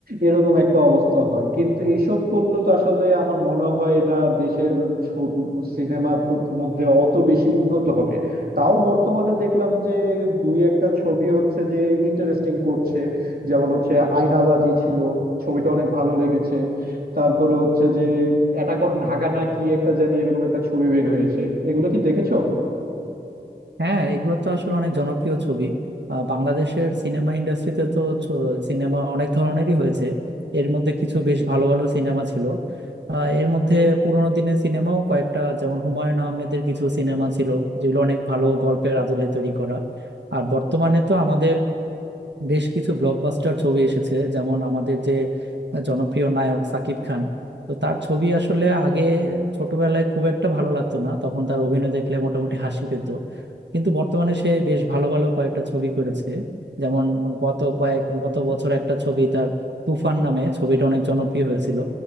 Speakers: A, on the right; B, on the right.
A: এরকম একটা অবস্থা হয় কিন্তু এইসব করলে তো আসলে আমার মনে হয় না দেশের ছবি সিনেমার মধ্যে অত বেশি উন্নত হবে তাও বর্তমানে দেখলাম যে দুই একটা ছবি হচ্ছে যে ইন্টারেস্টিং করছে যেমন হচ্ছে আয়নাবাজি ছিল ছবিটা অনেক ভালো লেগেছে তারপরে হচ্ছে যে অ্যাটাক অন ঢাকা না কি একটা জানি এরকম একটা ছবি বের হয়েছে এগুলো কি দেখেছো
B: হ্যাঁ এগুলো তো আসলে অনেক জনপ্রিয় ছবি আহ, বাংলাদেশের সিনেমা ইন্ডাস্ট্রিতে তো সিনেমা অনেক ধরনেরই হয়েছে এর মধ্যে কিছু বেশ ভালো ভালো সিনেমা ছিল আহ, এর মধ্যে পুরোনো দিনের সিনেমাও কয়েকটা যেমন হুমায়ুন আহমেদের কিছু সিনেমা ছিল যেগুলো অনেক ভালো গল্পের আদলে তৈরি করা আর বর্তমানে তো আমাদের বেশ কিছু ব্লকবাস্টার ছবি এসেছে যেমন আমাদের যে জনপ্রিয় নায়ক সাকিব খান তো তার ছবি আসলে আগে ছোটবেলায় খুব একটা ভালো লাগতো না তখন তার অভিনয় দেখলে মোটামুটি হাসি পেত কিন্তু বর্তমানে সে বেশ ভালো ভালো কয়েকটা ছবি করেছে যেমন গত কয়েক গত বছর একটা ছবি তার তুফান নামে ছবিটা অনেক জনপ্রিয় হয়েছিল